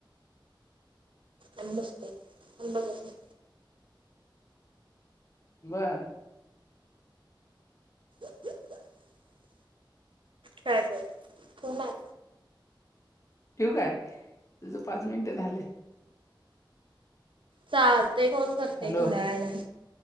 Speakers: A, on the right (about 75°); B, on the left (about 35°).
A: आम्ही बसतोय, आम्ही बघत नाही.
B: बरं.
A: या यास या <unintelligible> काय बर, हो ना.
B: ठेऊ काय? तुझं पाच मिनट झाले.
A: चालते, फोन करते
B: हॅलो
A: थोड्या वेळन,